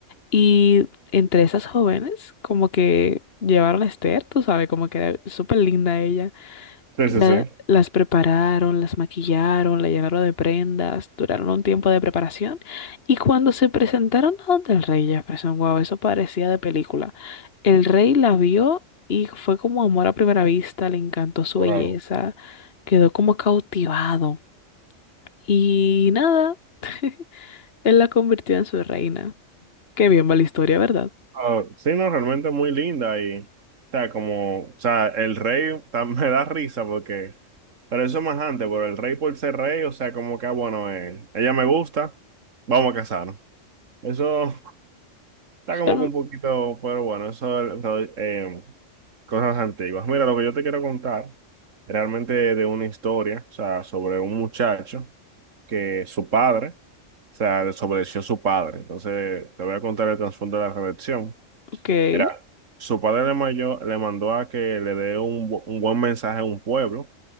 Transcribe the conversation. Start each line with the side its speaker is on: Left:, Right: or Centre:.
Left: Y entre esas jóvenes, como que llevaron a Esther, tú sabes, como que era súper linda ella.
Right: Sí,
Left: Y
Right: sí,
Left: la-
Right: sí.
Left: las prepararon, las maquillaron, la llenaron de prendas, duraron un tiempo de preparación. Y cuando se presentaron a donde el rey Jefferson, wow, eso parecía de película. El rey la vio y fue como amor a primera vista, le encantó su
Right: Wow.
Left: belleza, quedó como cautivado. Y nada, <laughs> él la convirtió en su reina. Qué bien va la historia, ¿verdad?
Right: Ah, sí, no, realmente muy linda y, o sea, como, o sea, el rey ta- <laughs> me da risa porque, pero eso es más antes, pero el rey por ser rey, o sea, como que, ah, bueno, eh, ella me gusta, vamos a casarnos. Eso <laughs> está como
Left: Mm,
Right: que un poquito, pero bueno, eso, eso, eh, cosas antiguas. Mira, lo que yo te quiero contar, realmente de una historia, o sea, sobre un muchacho que su padre, o sea, desobedeció a su padre. Entonces, te voy a contar el trasfondo de la rebelión.
Left: Okay,
Right: Era, su padre le, mayo- le mandó a que le dé un, bu- un buen mensaje a un pueblo